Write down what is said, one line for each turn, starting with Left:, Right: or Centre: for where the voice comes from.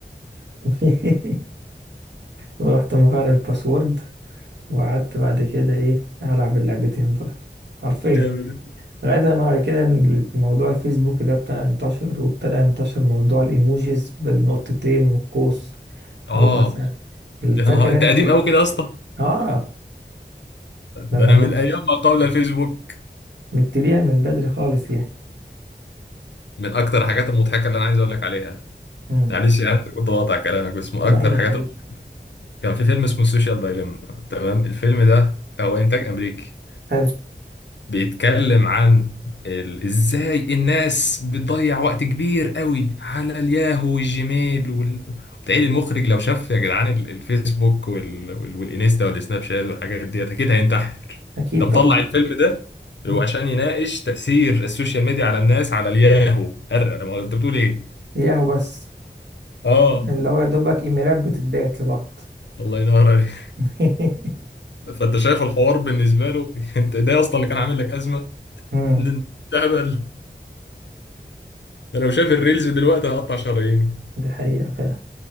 Right: <laughs> ورحت مغير الباسورد وقعدت بعد كده إيه ألعب اللعبتين دول حرفيا
Left: جامد
Right: لغاية ما بعد كده إن موضوع الفيسبوك ده ابتدى ينتشر وابتدى ينتشر موضوع الإيموجيز بالنقطتين والقوس
Left: اه
Right: أو مثلا
Left: يا نهار
Right: فاكر
Left: انت
Right: أنت
Left: قديم قوي كده يا اسطى
Right: اه لما
Left: ده انا من ايام ما قبل الفيسبوك
Right: نبتديها من بدري خالص يعني
Left: من اكتر الحاجات المضحكه اللي انا عايز اقول لك عليها
Right: امم
Left: معلش يعني كنت بقطع كلامك بس من
Right: لا
Left: اكتر
Right: يا
Left: الحاجات
Right: حبيبي
Left: كان في فيلم اسمه السوشيال دايليما تمام الفيلم ده هو انتاج امريكي
Right: حلو
Left: بيتكلم عن ال... ازاي الناس بتضيع وقت كبير قوي على الياهو والجيميل وال... تقريبا المخرج لو شاف يا جدعان ال- الفيسبوك وال... وال... والانستا والسناب شات والحاجات ديت اكيد هينتحر
Right: اكيد
Left: ده مطلع
Right: طبعا
Left: الفيلم ده
Right: مم.
Left: هو عشان يناقش تأثير السوشيال ميديا على الناس على الياهو أرى انا ما انت بتقول ايه
Right: ياهو بس
Left: اه
Right: اللي هو يا دوبك ايميلات بتتبعت لبعض
Left: الله ينور عليك
Right: <laughs>
Left: <laughs> فانت شايف الحوار بالنسبه له <laughs> انت ده اصلا اللي كان عامل لك ازمه <laughs>
Right: امم
Left: إن- إن- تهبل ده لو شاف الريلز دلوقتي هقطع شرايينه
Right: دي حقيقة فعلا